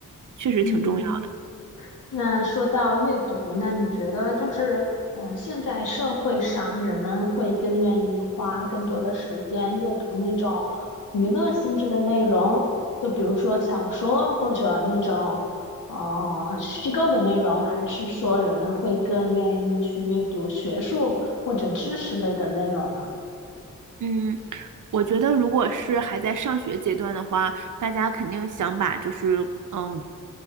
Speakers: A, on the right; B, on the left.
A: 确实挺重要。
B: 嗯。那说到阅读，那你觉得就是，嗯，现在社会上人们会更愿意花更多的时间阅读那种娱乐性质的内容，就比如说小说或者那种，呃，虚构的内容，还是说人们会更愿意去阅读学术或者知识类的内容呢？
A: 嗯，我觉得如果是还在上学阶段的话，大家肯定想把就是嗯